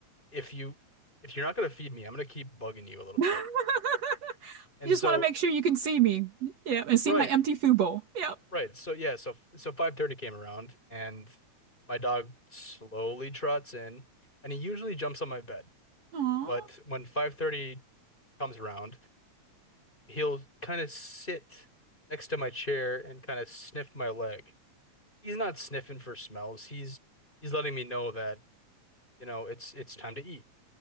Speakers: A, on the left; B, on the right.
A: if you if you're not gonna feed me, I'm gonna keep bugging you a
B: <laughs>
A: little
B: You
A: bit. And
B: just
A: so,
B: want to make sure you can see me. Yeah, and see
A: right,
B: my empty food bowl. Yep.
A: right. So yeah, so so 5:30 came around and my dog slowly trots in and he usually jumps on my bed.
B: Aw.
A: But when 5:30 comes around, he'll kind of sit next to my chair and kind of sniff my leg. he's not sniffing for smells. He's he's letting me know that, you know, it's it's time to eat.